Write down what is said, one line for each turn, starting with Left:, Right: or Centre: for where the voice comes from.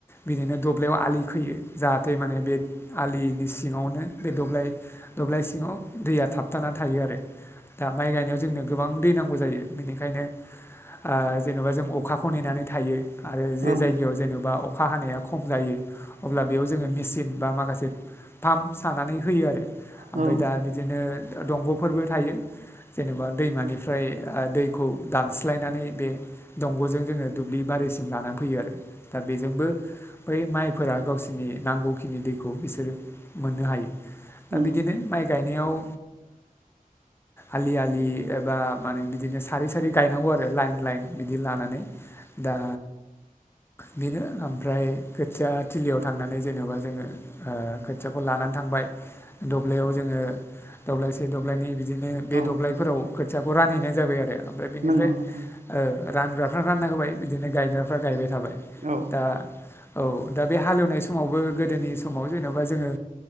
Left: बिदिनो दब्लयाव आलि खोयो जाहाथे माने आलिनि सिङावनो दब्लाय दब्लाय सिङाव दैया थाबथानानानै थायो आरो दा माइ गायनायाव जोंनो गोबां दै नांगौ जायो बेनिखायनो ओ जेन'बा जोंङो अखाखौ नेनानै थायो आरो जे
Right: औ
Left: जायगायाव जेन'बा अखा हानाया खम जायो अब्ला बेयाव जोङो मेचिन बा माखासे फाम्प सानानै होयो ओमफ्राय
Right: औ
Left: दा बिदिनो दंग'फोरबो थायो जेनेबा दैमानि ओमफ्राय दैखौ दानस्लायनानै बे दंग'जों जोङो दुब्लि बारिसिम लानानै फैयो आरो दा बेजोंबो बै माइफोरा गावसिनि नांगौखिनि दैखौ बिसोरो मोननो हायो दा
Right: नंगौ
Left: बिदिनो माय गायनायाव ओ आलि आालि एबा माने बिदिनो सारै सारै गायनांगौ आरो लाइन लाइन बिदि लानानै। दा बेनो ओमफ्राय खोथिया थिलियाव थांनानै जेनेबा जोङो ओ खोथियाखौ लानानै थांबाय दब्लायाव जोङो दब्लायसे दब्लायनै बिदिनो बे
Right: औ
Left: दब्लायफोराव खोथियाखौ रानहैनाय जाबाय आरो ओमफ्राय बेनिफ्राय
Right: नंगौ नोंथां
Left: ओ रानग्राफ्रा रानना होबाय बिदिनो गायग्राफ्रा गायबाय थाबाय।
Right: औ
Left: दा औ दा बे हालेवनाय समावबो गोदोनि समाव जेन'बा जोङो